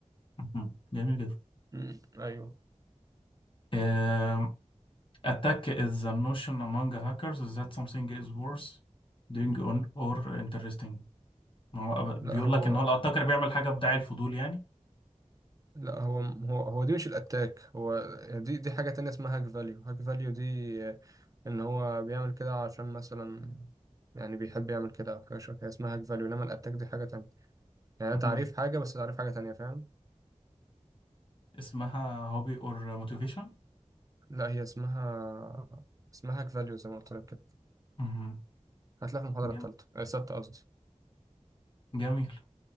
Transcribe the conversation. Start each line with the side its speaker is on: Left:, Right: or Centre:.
Left: مهم. جميل جدا
Right: امم ايوه
Left: آم، attack is a notion among hackers that something is worth doing on or interesting ما هو بيقول
Right: لا هو
Left: لك ان هو الاتاكر بيعمل حاجه بداعي الفضول يعني
Right: لا هو هو هو دي مش الاتاك هو دي دي حاجة تانية اسمها هاك فاليو هاك فاليو دي ان هو بيعمل كده عشان مثلا يعني بيحب يعمل كده او حاجة شبه كده اسمها هاك فاليو انما الاتاك دي حاجة تانية يعني
Left: مهم.
Right: ده تعريف حاجة بس تعريف حاجة تانية فاهم
Left: اسمها هوبي اور موتيفيشن
Right: لا هي اسمها اسمها هاك فاليو زي ما قلت لك كده
Left: مهم.
Right: هتلاقي في المحاضرة
Left: جم-
Right: التالتة آه، الستة قصدي
Left: جميل